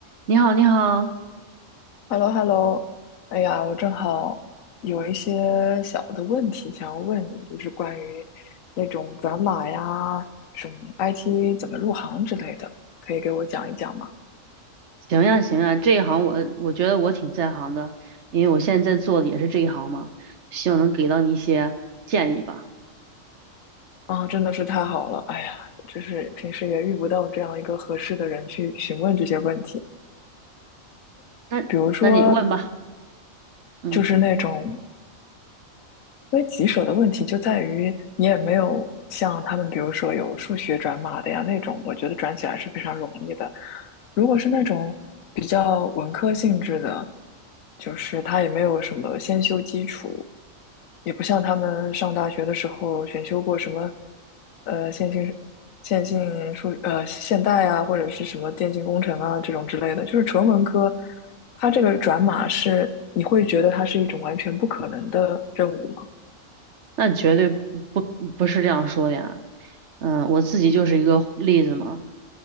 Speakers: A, on the right; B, on the left.
A: 你好，你好，
B: h e l l o h e l l o 哎呀，我正好有一些小的问题想要问你，就是关于那种转码呀，什么 IT 怎么入行之类的，可以给我讲一讲吗？
A: 行呀，行呀，这一行我我觉得我挺在行的，因为我现在在做的也是这一行嘛，希望能给到你一些建议吧。
B: 啊，真的是太好了，哎呀，就是平时也遇不到这样一个合适的人去询问这些问题，
A: 那那你问吧，
B: 比如说
A: 嗯，
B: 就是那种因为棘手的问题就在于你也没有像他们，比如说有数学转码的呀那种，我觉得转起来是非常容易的。如果是那种比较文科性质的，就是他也没有什么先修基础，也不像他们上大学的时候选修过什么，呃，线性线性数呃现代啊，或者是什么电信工程啊这种之类的，就是纯文科，它这个转码是你会觉得它是一种完全不可能的任务吗？
A: 那绝对不不是这样说的呀，嗯，我自己就是一个例子嘛，